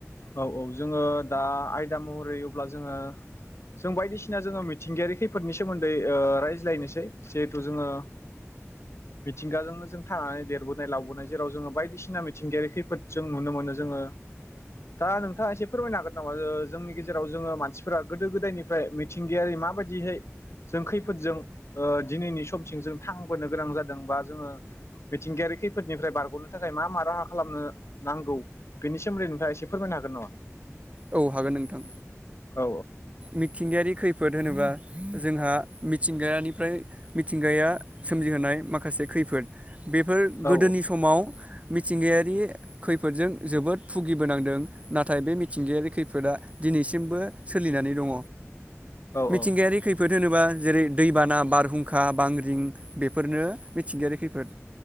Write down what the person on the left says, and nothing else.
औ औ जोङो दा आयदा महरै अब्ला जोङो जों बायदिसिना जोङो मिथिंगायारि खैफोदनि सोमोन्दै रायज्लायनोसै जिहेथु जोङो मिथिंगाजोंनो जों थानानै देरबोनाय लाबोनाय जेराव जोङो बायदिसिना मिथिंगायारि खैफोद जों नुनो मोनो जोङो। दा नोंथाङा एसे फोरमायनो हागोन नामा जोंनि गेजेराव जोङो मानसिफोरा गोदो गोदायनिफ्राय मिथिंगायारि माबायदिहै जों खैफोदजों ओ दिनैनि समसिम जों थांबोनो गोनां जादों बा जोङो मिथिंगायारि खैफोदनिफ्राय बारग'नो थाखाय मा मा राहा खालामनो नांगौ बेनि सोमोन्दै नोंथाङा एसे फोरमायनो हागोन नामा?
औ
औ
औ